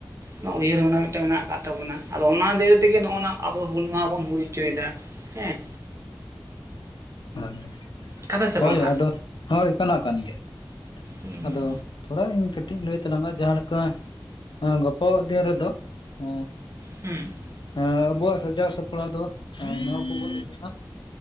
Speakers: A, on the right; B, on the left.
A: ᱚᱱᱟ ᱩᱭᱦᱟᱹᱨ ᱨᱮ ᱚᱱᱟ ᱢᱤᱫᱴᱟᱝ ᱢᱮᱱᱟᱜ ᱠᱟᱜ ᱛᱟᱵᱚᱱᱟ᱾ ᱟᱫᱚ ᱚᱱᱟ ᱫᱤᱭᱮ ᱛᱮᱜᱮ ᱱᱚᱜᱼ ᱱᱟ ᱟᱵᱚ ᱦᱩᱞ ᱢᱟᱦᱟ ᱵᱚᱱ ᱦᱩᱭ ᱪᱚᱭᱫᱟ ᱦᱮᱸ
B: ᱦᱳᱭ,
A: ᱠᱟᱛᱷᱟ ᱥᱮ
B: ᱦᱳᱭ,
A: ᱵᱟᱝ ᱦᱟᱸᱜ
B: ᱟᱫᱚ ᱦᱳᱭ, ᱠᱟᱱᱟ ᱠᱟᱱ ᱜᱮᱭᱟ᱾
A: ᱦᱩᱸ ᱦᱩᱸ
B: ᱟᱫᱚ ᱛᱷᱚᱲᱟ ᱤᱧ ᱠᱟᱹᱴᱤᱡ ᱤᱧ ᱞᱟᱹᱭ ᱛᱟᱞᱟᱝᱟ ᱡᱟᱦᱟᱸᱞᱮᱠᱟ? ᱦᱮᱸ ᱜᱟᱯᱟ ᱟᱜ ᱫᱤᱱ ᱨᱮᱫᱚ ᱮ,
A: ᱦᱮᱸ <unintelligible>
B: ᱦᱮᱸ ᱟᱵᱚᱣᱟᱜ ᱥᱟᱡᱟᱣ ᱥᱟᱯᱲᱟᱣ ᱫᱚ ᱱᱚᱣᱟ ᱠᱚᱵᱵᱱ ᱤᱫᱤᱢᱟ᱾